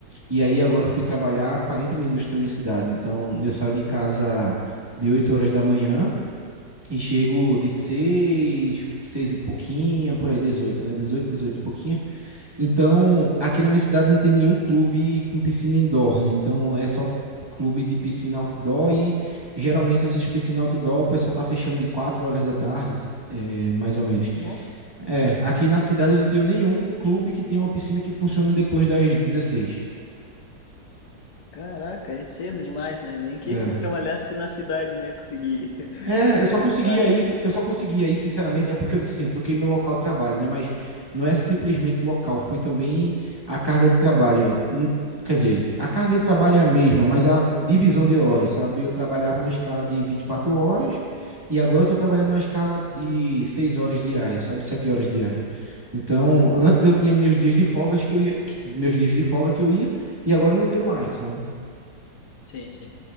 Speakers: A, on the right (about 15°); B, on the left (about 70°).
A: e aí agora eu fui trabalhar a 40 minutos da minha cidade. Então, eu saio de casa de 8 horas da manhã e chego de seis 6 e pouquinha, por aí, 18 né? dezoito dezoito e pouquinho.
B: Uhum.
A: Então, aqui na minha cidade não tem nenhum clube com piscina indoor, né? Então, é só clube de piscina outdoor e geralmente essas piscinas outdoor o pessoal tá fechando de 4 horas da tarde, é, mais ou menos.
B: Nossa.
A: É, aqui na cidade eu não tenho nenhum clube que tenha uma piscina que funcione depois das 16.
B: Caraca, é cedo demais, né? Nem que
A: É.
B: <laughs> trabalhasse na cidade, né? Consegui <laughs>
A: É, eu só
B: às
A: consegui
B: quatro.
A: aí, eu só consegui aí, sinceramente, é porque eu disse assim, eu troquei meu local de trabalho, né? Mas não é simplesmente local, foi também a carga de trabalho. Hum, Quer dizer, a carga de trabalho é a mesma, mas a divisão de horas, sabe? Eu trabalhava numa escala de 24 horas e agora eu tô trabalhando numa escala de 6 horas diárias, sabe? 7 horas diárias. Então,
B: Uhum.
A: antes eu tinha meus dias de folga que eu ia, que- meus dias de folga que eu ia, e agora eu não tenho mais, sabe?
B: Sim, sim.